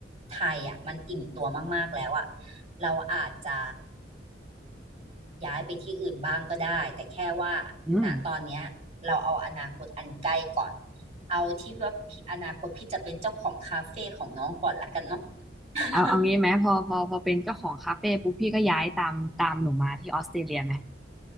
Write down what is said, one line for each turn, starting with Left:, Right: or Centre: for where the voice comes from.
Right: ไทยอ่ะมันอิ่มตัวมากๆแล้วอ่ะเราอาจจะย้ายไปที่อื่นบ้างก็ได้แต่แค่ว่า
Centre: อืม
Right: ณตอนเนี้ยเราเอาอนาคตอันใกล้ก่อนเอาที่ว่าพี่อนาคตพี่จะเป็นเจ้าของคาเฟ่ของน้องก่อนละกันเนาะ <laughs>
Centre: เอาเอางี้ไหมพอพอพอเป็นเจ้าของคาเฟ่ปุ๊บพี่ก็ย้ายตามตามหนูมาที่ออสเตรเลียไหม